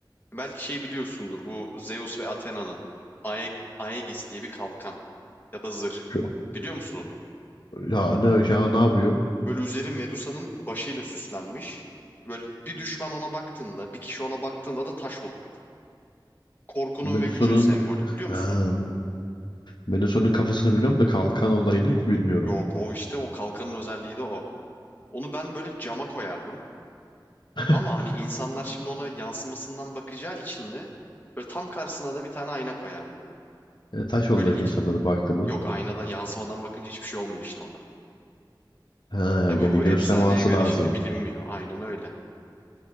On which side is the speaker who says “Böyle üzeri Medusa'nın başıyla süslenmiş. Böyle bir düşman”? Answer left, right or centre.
Left